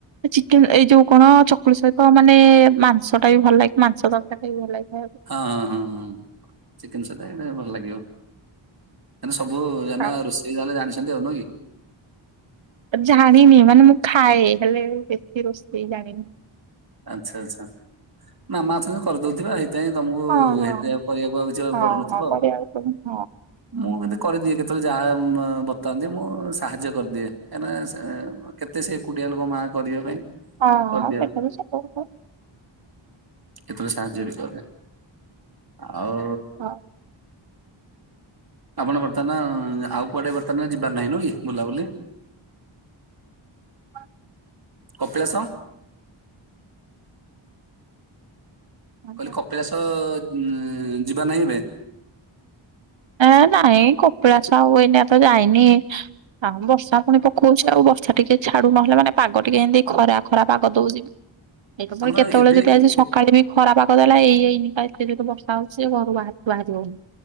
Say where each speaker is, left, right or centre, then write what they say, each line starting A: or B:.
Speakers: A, on the right; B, on the right.
A: ବି ଚିକେନେ ଏଇ ଯୋଉ କଣ ଚକୁଳି ସହିତ ମାନେ ମାଂସ ଟା ବି ଭଲ ଲାଗେ। ମାଂସ ତରକାରି ଟା ବି ଭଲ ଲାଗେ। ଖାଇବାକୁ।
B: ହଁ ହଁ ହଁ ହଁ ଚିକେନେ ସଇତ ଏଇଟା ଭଲ ଲାଗିବ। ଏରାସବୁ
A: ଆଉ
B: ରୋଷେଇ ତାହଲେ ଜାଣିଛନ୍ତି ଆଉ ନୁଁହକି?
A: ଜାଣିନି ମାନେ ମୁଁ ଖାଏ ହେଲେ ବେଶୀ ରୋଷେଇ ଜାଣିନି।
B: ଆଛା ଆଛା ମାମା ଅଛନ୍ତି କରିଦଉଥିବେ ହେଇ ସେଥିାପାଇଁ ତମକୁ
A: ହଁ ହଁ
B: ହେତେ କରିବାକୁ ଆଉ କିଛି
A: ହଁ
B: ପଡୁନଥିବ
A: ହଁ
B: ଆଉ।
A: କରିବାକୁ ପଡିବ
B: ମୁଁ କିନ୍ତୁ କରିଦିଏ କେତଳେ ଯାହା ବତାନ୍ତି ମୁଁ ସାହାଯ୍ୟ କରିଦିଏ କାହିଁକିନା କେତେ ସେ ଏକୁଟିଆ ଲୋକ ମାଆ କରିବା ପାଇଁ।
A: ହଁ
B: କରିଦିଏ
A: ହଁ ସେଟା ବି ସତ। କଥା
B: କେତେବେଳେ ସାହାଯ୍ୟ ବିି କରେ। ଆଉ
A: ହଉ।
B: ଆପଣ ବର୍ତ୍ତମାନ ଆଉ କୁଆଡେ ବର୍ତ୍ତମାନ ଯିବାର ନାହିଁ ନୁ ହେକି ବୁଲାବୁଲି?
A: ହ ହଁ।
B: କପିଳାସ? କହିଲି
A: ହଁ।
B: କପିଳାସ ଯିବାର ନାହିଁ ଏବେ?
A: ଏ ନାଇଁ କପିଳାସ ଆଉ ଏଇନେ ତ ଯାଇନି। ଆଉ ବର୍ଷା ପୁଣି ପକଉଛି ଆଉ ବର୍ଷା ଟିକେ ଛାଡୁ ନହେଲେ ମାନେ ପାଗ ଟିକେ ଏମିତି ଖରା ଖରା ପାଗ ଦଉଛିିବି। ଏଇ ତ
B: ଆମର
A: ପୁଣି କେତେବେଳେ
B: ଏବେ
A: ଯଦି ଆଜି ସକାଳେ
B: ଏ-
A: ବି ଖରା ପାାଗ ଦେଲା ହେଇହେଇନି। ଆ ଏତେ ଯୋରେ ବର୍ଷା ହଉଛି ଯେ ଘରୁ ବାହାରକୁ ବାହାରି ହଉନି